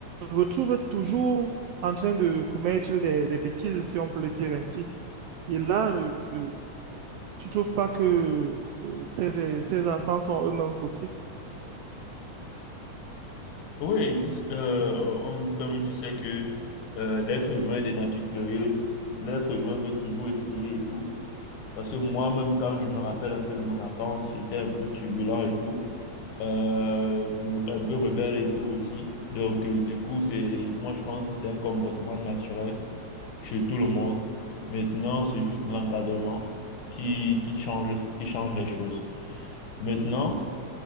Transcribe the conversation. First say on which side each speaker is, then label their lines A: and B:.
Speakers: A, on the right; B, on the left.
A: retrouvent toujours en train de commettre des, des bêtises, si on peut le dire ainsi. Et là, euh, euh, tu trouves pas que euh, ces, ces enfants sont eux-mêmes fautifs?
B: Oui, ils disent, euh, en termes, tu sais que euh, l'être humain est des natures curieuses. L'être humain veut toujours essayer et tout. Parce que moi-même, quand je me rappelle un peu de mon enfance, j'étais un peu turbulent et tout. Euh, tout, un peu rebelle et tout aussi. Donc, euh, du coup, c'est, moi, je pense que c'est un comportement naturel chez tout le monde. Maintenant, c'est juste l'encadrement qui, qui change, qui change les choses. Maintenant,